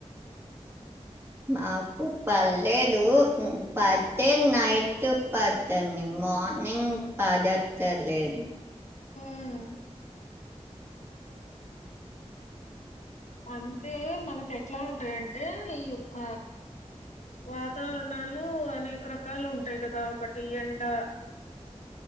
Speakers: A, on the left; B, on the right.
A: <inaudible>
B: మాకు పల్లేదు ఉ పతే నైటు పతంది మోనింగ్ పదత్తలేదు
A: ఉమ్, అంటే మనకు ఎట్లా ఉంటయంటే ఈ యొక్క వాతావరణాలు అనేక రకాలు ఉంటాయి కదా పిఎందా